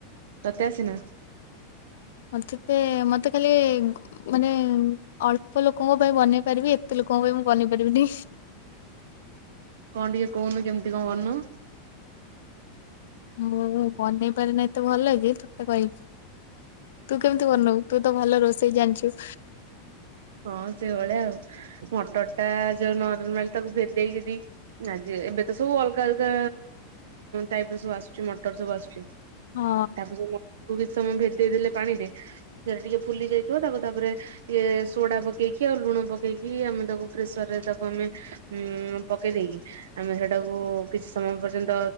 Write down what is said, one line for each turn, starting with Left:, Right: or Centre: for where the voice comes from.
Right: ତତେ ଆସେ ନା।
Left: ମତେ ତେ ମତେ ଖାଲି ମାନେ ଅଳ୍ପ ଲୋକଙ୍କ ପାଇଁ ବନେଇ ପାରିବି ଏତେ ଲୋକଙ୍କ ପାଇଁ ମୁଁ ବନେଇ ପାରିବିନି।
Right: କଣ ଟିକେ କହୁନୁ କେମିତି କଣ ବନଉ।
Left: ମୁଁ ବନେଇ ପାରେନି ଏତେ ଭଲକି ତତେ କହିବି। ତୁ କେମିତି ବନଉ ତୁ ତ ଭଲ ରୋଷେଇ ଜାଣିଛୁ।
Right: ହଁ ସେଇଭଳିଆ ଆଉ ମଟର ଟା ଯୋଉ ନରମାଲ୍ ତାକୁ ଭେଦେଇକି ଦେଇକି ଏବେ ତ ସବୁ ଅଲଗା ଅଲଗା ଟାଇପର ଆସୁଛି ମାନେ ମଟର ସବୁ ଆସୁଛି।
Left: ହଁ
Right: <unintelligible> କୁ କିଛି ସମୟ ଭେଦେଇ ଦେଲେ ପାଣି ରେ ସେ ଟିକେ ଫୁଲି ଯାଇଥିବ ତାକୁ ତାପରେ ଟିକେ ସୋଡା ପକେଇକି ଆଉ ଲୁଣ ପକେଇକି ଆମେ ତାକୁ ପ୍ରେସର୍ ରେ ଦେବୁ ଆମେ। ହୁଁ ପକେଇ ଦେଇକି ଆମେ ସେଟାକୁ କିଛି ସମୟ ପର୍ଯ୍ୟନ୍ତ